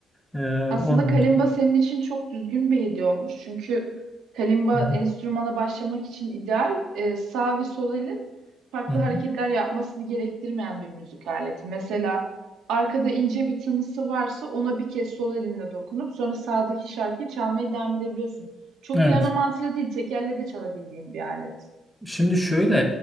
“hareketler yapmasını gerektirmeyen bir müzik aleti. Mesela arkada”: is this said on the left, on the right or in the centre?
Right